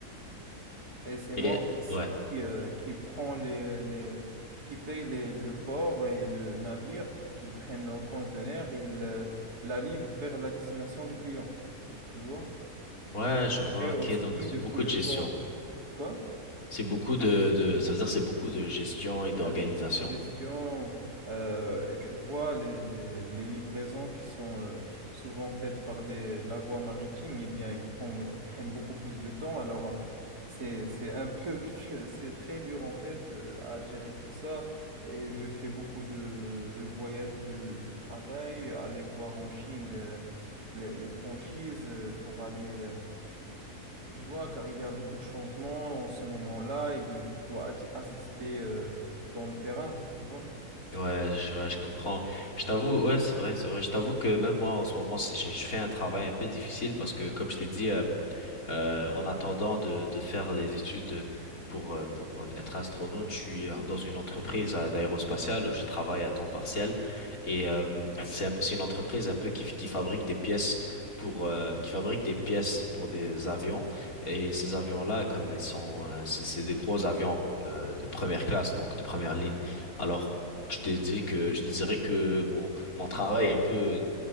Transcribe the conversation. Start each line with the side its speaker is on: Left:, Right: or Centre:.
Right: Et c'est moi
Left: et
Right: aussi
Left: ouais
Right: qui, euh, qui prend les, les- qui paye les- le port et le navire pour qu'ils prennent nos conteneurs et ils euh, la livrent vers la destination des clients. Tu vois?
Left: ouais je vois
Right: Et aussi
Left: OK donc c'est
Right: depuis
Left: beaucoup
Right: le
Left: de gestion
Right: port. Quoi?
Left: c'est beaucoup de de ça veut dire c'est beaucoup de gestion et d'organisation
Right: Ouais, C'est beaucoup de gestion. euh, et tu vois, les, les- les livraisons qui sont euh, souvent faites par des, la voie maritime, eh bien, ils prennent, prennent beaucoup plus de temps. Alors, euh, c'est, c'est un peu, <laughs> c'est très dur en fait euh, à gérer tout ça. Et je fais beaucoup de, de voyages de, de travail, aller voir en Chine le- les, les franchises euh, pour aller. euh, tu vois, car il y a beaucoup de changements en ce moment-là et je, je dois atti- assister euh, dans le terrain, tu vois.
Left: Ouais, je, ouais, je comprends. Je t'avoue, ouais, c'est vrai, c'est vrai. Je t'avoue que même moi, en ce moment, c'est- j'ai- je fais un travail un peu difficile parce que, comme je t'ai dit, euh, euh, en attendant de, de faire les études pour, euh, pour être astronaute, je suis euh, dans une entreprise euh, d'aérospatiale où je travaille à temps partiel et euh, c'est un peu- c'est une entreprise un peu qui, qui fabrique des pièces pour euh, qui fabrique des pièces pour des avions et ces avions-là comme ils sont euh, c'est c'est des gros avions euh, de première classe donc de première ligne. Alors
Right: Ouais.
Left: je te dis que je te dirais que mon mon travail est un peu